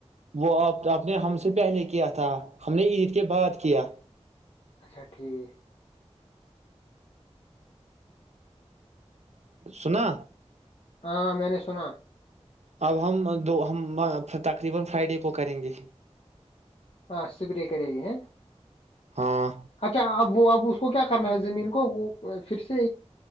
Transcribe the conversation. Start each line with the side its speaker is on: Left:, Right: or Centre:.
Right: وہ آپ آپ نے ہم سے پہلے کیا تھا ہم نے عید کے بعد کیا
Left: اچھا ٹھیک
Right: سنا
Left: ہاں میں نے سنا
Right: اب ہم دو ہم تقریبا فرائیڈے کو کریں گے
Left: ہاں سپرے کرے گی ہے
Right: ہاں
Left: اچھا اب وہ اب اس کو کیا کرنا ہے زمین کو وہ پھر سے